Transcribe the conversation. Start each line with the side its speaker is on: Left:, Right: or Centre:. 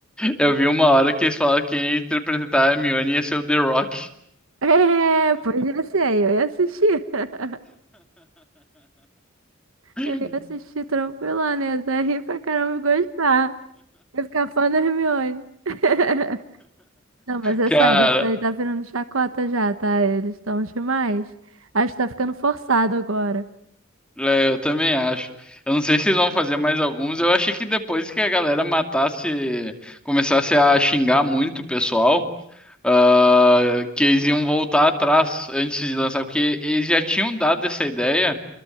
Centre: eu vi uma hora que eles falaram que quem ia interpretar a Hermione ia ser o The Rock.
Right: É, pois ia ser, eu ia assistir. <laughs>
Centre: <laughs>
Right: Eu ia assistir tranquila, né? Até rir pra caramba e gostar. Eu ia ficar fã da Hermione. <laughs> Não, mas é
Centre: Cara,
Right: sério, isso daí tá virando chacota já, tá? Eles estão demais. Acho que tá ficando forçado agora.
Centre: É, eu também acho. Eu não sei se eles vão fazer mais alguns. Eu achei que depois que a galera matasse, começasse a xingar muito o pessoal, ah, que eles iam voltar atrás antes de lançar, porque eles já tinham dado essa ideia